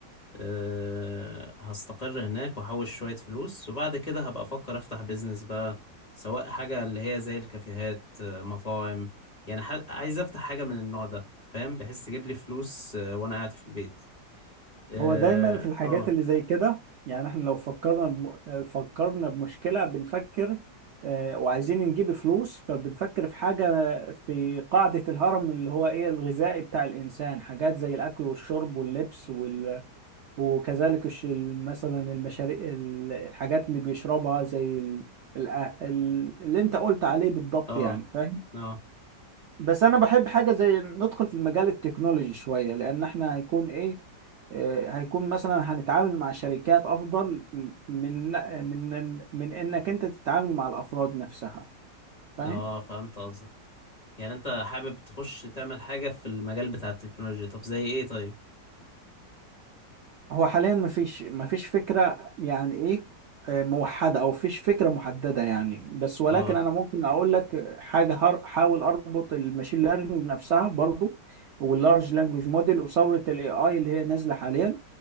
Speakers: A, on the left (about 25°); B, on the right (about 80°).
A: أه هستقر هناك واحوش شوية فلوس وبعد كده هبقى افكر افتح بيزنس بقى سواء حاجة اللي هي زي الكافيهات آه، مطاعم يعني ح- عايز افتح حاجة من النوع ده فاهم بحس تجيب لي فلوس آه، وانا قاعد في البيت اه
B: هو دايما في الحاجات
A: اه
B: اللي زي كده يعني احنا لو فكرنا بم... فكرنا بمشكلة بنفكر آه، وعايزين نجيب فلوس فبنفكر في حاجة في قاعدة الهرم اللي هو ايه الغذائي بتاع الإنسان حاجات زي الأكل والشرب واللبس وال... وكذلك الش... مثلا المشاريع ال- الحاجات اللي بيشربها زي ال... ال... ال... اللي انت قلت عليه بالضبط
A: اه
B: يعني فاهم
A: اه
B: بس انا بحب حاجه زي ندخل في المجال التكنولوجي شويه لان احنا هيكون ايه آه، هيكون مثلا هنتعامل مع شركات افضل من من من من انك انت تتعامل مع الافراد نفسها فاهم
A: آه، فهمت قصدك يعني انت حابب تخش تعمل حاجة في المجال بتاع التكنولوجيا طب زي ايه طيب
B: هو حاليا مفيش مفيش فكرة يعني ايه آه، موحدة او فيش فكرة محددة يعني بس ولكن
A: اه
B: انا ممكن اقول لك حاجة هر- حاول اربط الماشين ليرنينج نفسها برضو واللارج لانجوج موديل وثورة الاي اي اللي هي نازلة حاليا